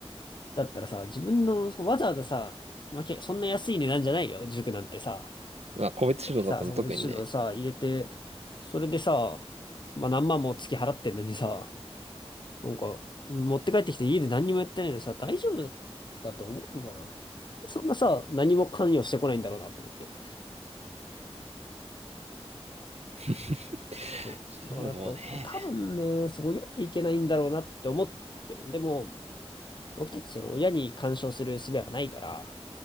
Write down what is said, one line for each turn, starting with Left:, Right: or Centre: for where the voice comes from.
Left: だったらさ、自分の、そうわざわざさ、まあ、けそんな安い値段じゃないよ、塾なんてさ。
Right: まあ、個別指導だったの特にね。
Left: 入れてさ、そこに指導さ、入れて、それでさ、まあ何万も月払ってんのにさ、なんか、持って帰ってきて家で何にもやってないのにさ、大丈夫だと思うのかなそんなさ、何も関与してこないんだろうなと思って。
Right: <laughs>
Left: そう。
Right: そうね。
Left: だからやっぱ、多分ね、そうやっていけないんだろうなって思ってる。でも、僕たちその親に干渉する術はないから、